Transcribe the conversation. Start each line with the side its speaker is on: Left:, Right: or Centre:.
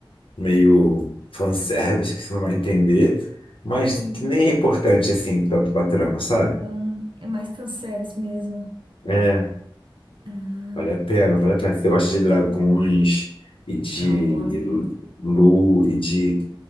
Left: meio fanservice que você não vai entender, mas
Right: Tem.
Left: que nem é importante assim tanto pra trama, sabe?
Right: Então, é mais fanservice mesmo.
Left: É,
Right: Ah,
Left: vale a pena, vale a pena. Se você gosta de dragões e de
Right: não gosto, hein?
Left: lu e de,